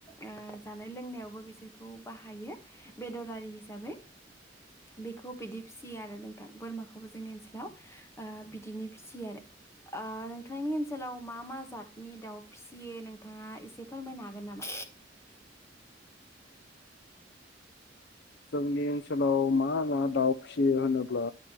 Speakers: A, on the left; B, on the left.
A: ओ जानाय लोंनायावबो बिसोरखौ बाहायो बेदरारि हिसाबै। बेखौ बिदि फिसियो आरो नोंथां बोरमाखौबो जोंनि ओनसोलाव बिदिनो फिसियो आरो। ओ नोंथांनि ओनसोलाव मा मा जतनि दाउ फिसियो नोंथाङा एसे फोरमायनो हागोन नामा?
B: जोंनि ओनसोलाव मा मा दाउ फिसियो होनोब्ला